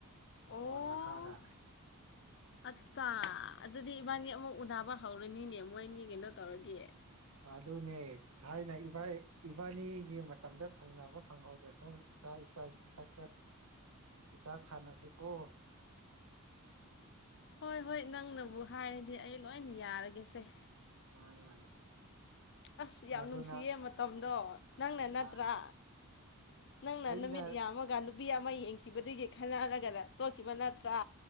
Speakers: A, on the left; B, on the right.
A: ꯑꯣ
B: ꯃꯣꯟ ꯃꯈꯥꯗ
A: ꯑꯠꯆꯥ ꯑꯗꯨꯗꯤ ꯏꯕꯥꯅꯤ ꯑꯃꯨꯛ ꯎꯗꯥꯕ ꯍꯧꯔꯅꯤꯅꯦ ꯃꯣꯏꯅꯤ ꯀꯩꯅꯣ ꯇꯧꯔꯗꯤ
B: ꯑꯗꯨꯅꯦ ꯊꯥꯏꯅ ꯏ ꯏꯕꯥꯅꯤꯒꯤ ꯃꯇꯝꯗ ꯊꯨꯡꯅꯕ ꯐꯪꯍꯧꯗ꯭ꯔꯁꯨ ꯏꯆꯥ ꯏꯆꯥꯒꯤ ꯃꯊꯛꯇ ꯏꯆꯥ ꯊꯥꯅꯁꯤꯀꯣ
A: ꯍꯣꯏ ꯍꯣꯏ ꯅꯪꯅꯕꯨ ꯍꯥꯏꯔꯗꯤ ꯑꯩ ꯂꯣꯏ ꯌꯥꯔꯒꯦꯁꯦ
B: ꯃꯥꯅꯦ ꯃꯥꯅꯦ
A: ꯑꯁ ꯌꯥꯝ
B: ꯃꯗꯨꯅ
A: ꯅꯨꯡꯁꯤꯌꯦ ꯃꯇꯝꯗꯣ ꯅꯪꯅ ꯅꯠꯇ꯭ꯔꯥ
B: ꯃꯥꯅꯦ
A: ꯅꯪꯅ
B: ꯑꯩꯅ
A: ꯅꯨꯃꯤꯠ ꯌꯥꯝꯃꯒ ꯅꯨꯄꯤ ꯑꯃ ꯌꯦꯡꯈꯤꯕꯗꯒꯤ ꯈꯟꯅꯔꯒꯅ ꯇꯣꯛꯈꯤꯕ ꯅꯠꯇ꯭ꯔꯥ